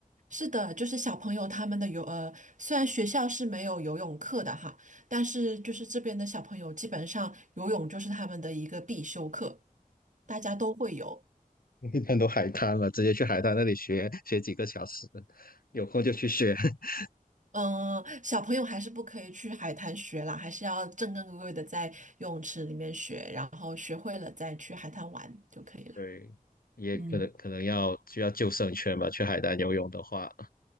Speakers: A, on the right; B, on the left.
A: 是的，就是小朋友他们的游，呃，虽然学校是没有游泳课的哈，但是就是这边的小朋友基本上游泳就是他们的一个必修课，大家都会游。
B: <laughs> 很多海滩嘛，直接去海滩那里学学几个小时，有空就去学。<laughs>
A: 嗯、小朋友还是不可以去海滩学啦，还是要正正规规的在游泳池里面学，然后学会了再去海滩玩就可以啦。
B: 对，也可能可能要需要救生圈吧，
A: 嗯，
B: 去海南游泳的话，